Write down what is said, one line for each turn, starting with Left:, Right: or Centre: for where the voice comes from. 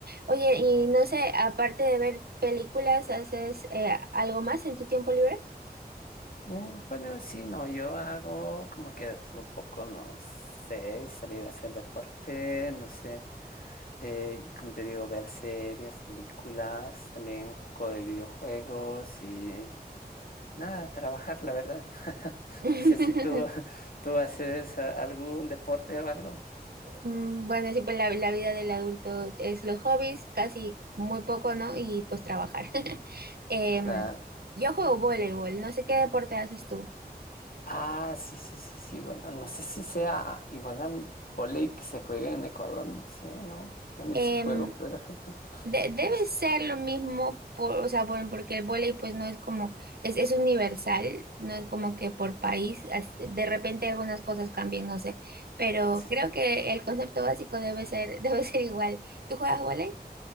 Right: Oye, y no sé, aparte de ver películas, ¿haces eh, algo más en tu tiempo libre?
Left: Mm, Bueno, sí, no, yo hago como que de todo un poco, no sé, salir a hacer deporte, no sé, eh, como te digo, ver series, películas, también un poco de videojuegos y... Nada, trabajar, la verdad. <laughs>
Right: <laughs>
Left: No sé si tú, <laughs> tú haces a- algún deporte o algo.
Right: Mm, Bueno, sí, pues la, la vida del adulto es los hobbies, casi muy poco, ¿no? Y pues trabajar. <laughs> Em,
Left: claro
Right: yo juego voleibol, no sé qué deporte haces tú.
Left: Ah, sí, sí, sí, sí. Bueno, no sé si sea igual al vóley que se juega en Ecuador, no sé, no. También
Right: Em,
Left: sí juego, pero <laughs>
Right: de- debe
Left: es-
Right: ser lo mismo, por, o sea, por- porque el voleibol pues no es como, es, es universal, no es como que por país, as- de repente algunas cosas cambian, no sé, pero
Left: sí,
Right: creo
Left: sí,
Right: que el concepto básico debe ser, <laughs> debe ser igual. ¿Tú juegas voleibol?